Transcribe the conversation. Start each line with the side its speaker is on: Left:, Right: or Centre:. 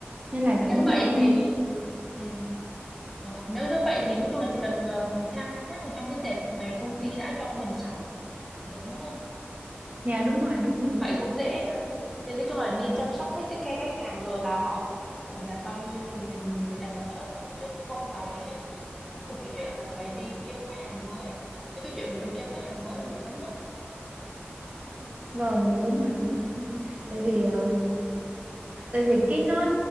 Right: Nên là
Centre: À,
Right: cũng
Centre: nếu vậy
Right: không
Centre: thì ừ. Ờ, nếu nếu vậy thì nói chung là chỉ cần ờ, khai thác ở trong cái tệp mà công ty đã cho mình sẵn được đúng không
Right: dạ đúng rồi, đúng rồi, đúng
Centre: Vậy
Right: rồi.
Centre: cũng dễ ha. Thì nói chung là đi
Right: Ờ,
Centre: chăm sóc khách take care khách hàng rồi là họ tháng nào còn đặt bao nhiêu thì mình mình đặt sản xuất thôi chứ cũng không phải có một cái chuyện là phải đi kiếm khách hàng mới. Thế cái chuyện mà đi kiếm khách hàng mới là mệt lắm á.
Right: vâng, vâng đúng rồi, đúng rồi, đúng rồi. Tại vì ờ, tại vì cái nó